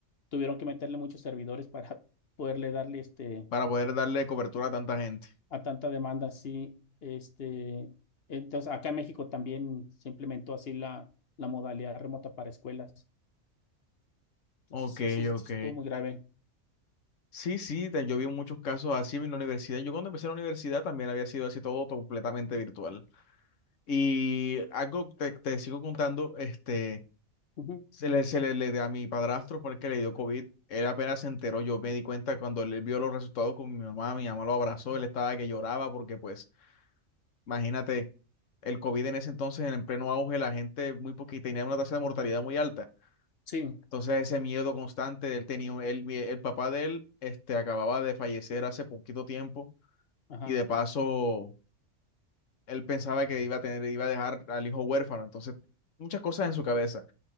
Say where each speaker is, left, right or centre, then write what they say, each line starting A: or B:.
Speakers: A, on the left; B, on the left.
A: tuvieron que meterle muchos servidores para <laughs> poderle darle este,
B: para poder darle cobertura a tanta gente.
A: a tanta demanda. Sí, este, entonces acá en México también se implementó así la, la modalidad remota para escuelas. Entonces
B: Ok,
A: sí, sí, sí
B: ok.
A: estuvo muy grave.
B: Sí, sí, te- yo vi muchos casos así en la universidad. Yo cuando empecé la universidad también había sido así todo completamente virtual. Y algo te, te sigo contando, este,
A: Ujú.
B: se le, se le, le- a mi padrastro fue el que le dio COVID. Él apenas se enteró, yo me di cuenta cuando él vio los resultados con mi mamá, mi mamá lo abrazó, él estaba que lloraba porque pues, imagínate, el COVID en ese entonces, en el pleno auge, la gente muy poquita tenía una tasa de mortalidad muy alta.
A: Sí,
B: Entonces ese miedo constante, él tenía, él, el papá de él, este, acababa de fallecer hace poquito tiempo
A: ajá,
B: y de paso él pensaba que iba a tener, iba a dejar al hijo huérfano, entonces muchas cosas en su cabeza.